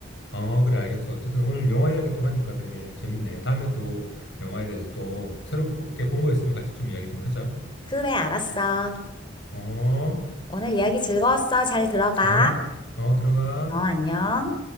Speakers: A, on the left; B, on the left.
A: 어, 그래, 알겠어. 어쨌든 오늘 영화 이야기 또 하니까 되게 재밌네. 다음에 또 영화에 대해서 또 새롭게 본 거 있으면 같이 좀 이야기 좀 하자.
B: 그래, 알았어.
A: 어,
B: 오늘 이야기 즐거웠어. 잘 들어가.
A: 어, 어, 들어가.
B: 어, 안녕.